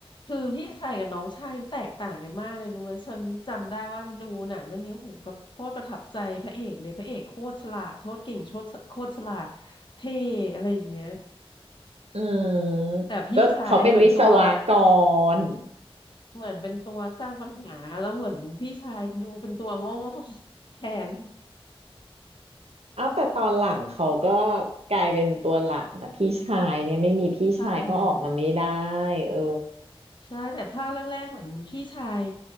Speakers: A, on the left; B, on the right.
A: คือพี่ชายกับน้องชายมันแตกต่างกันมากเลยรู้ไหมฉันจำได้ว่าดูหนังเรื่องนี้โอ้โหูแบบโคตรประทับใจพระเอกเลยพระเอกโคตรฉลาดโคตรเก่งโคตรโคตรฉลาดเท่อะไรอย่างเงี้ย
B: อืม
A: แต่พี่ชายเหมือนตัว
B: ก็เขาเป็นวิศวกร
A: เหมือนเป็นตัวสร้างปัญหาแล้วเหมือนพี่ชายดูเป็นตัวโง่ๆแทน
B: เอ้าแต่ตอนหลังเขาก็กลายเป็นตัวหลักนะพี่ชายเนี่ยไม่มีพี่ชายก็ออกมาไม่ได้
A: ใช่
B: เออ
A: ใช่แต่ภาคแรกๆเหมือนพี่ชาย